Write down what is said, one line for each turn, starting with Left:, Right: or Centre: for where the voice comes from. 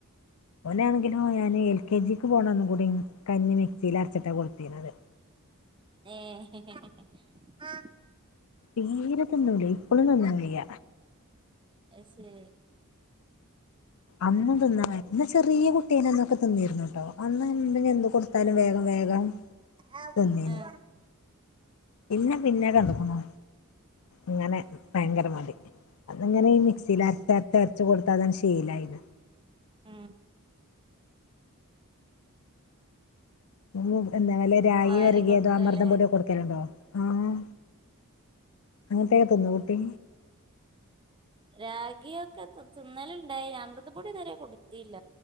Left: ഓനാണെങ്കിലോ ഞാൻ എൽ കെ ജിക്ക് പോണംന്നും കൂടി കഞ്ഞി മിക്സിൽ അരച്ചിട്ടാണ് കൊട്ത്തിനത്.
Right: <unintelligible>
Left: തീരെ തിന്നൂല്ല്യ ഇപ്പൊളും തിന്നുന്നില്ല.
Right: അയ്‌സെരി
Left: അന്ന് തിന്നാന് അന്ന് ചെറിയ കുട്ടിയായ്നന്നൊക്കെ തിന്നിരുന്നു കട്ടോ അന്ന് എന്ത എന്ത് കൊടു. ത്താലും വേഗം വേഗം
Right: ആ
Left: തിന്നിന്.
Right: ഉം
Left: പിന്നെ പിന്നെ കണ്ട്ക്ണു ഇങ്ങനെ ഭയങ്കര മടി. അന്നങ്ങനെ ഈ മിക്സിൽ അരച്ചച്ച് കൊടുത്തതൻ ശീലായിന്ന്.
Right: ഉം.
Left: ഉം എന്താ വല്ല രായി
Right: വാരി
Left: വെര്കിയതോ
Right: കൊടുത്താലേ
Left: അമൃതം പൊടിയോ കൊടുക്കലുണ്ടോ
Right: ആ
Left: ആഹ് അങ്ങൻത്തക്ക തിന്നോ കുട്ടി
Right: രാഗിയ ഒക്കെ തിന്നലുണ്ടായി അമൃതപ്പൊടി ഇതുവരെ കൊടുത്തില്ല.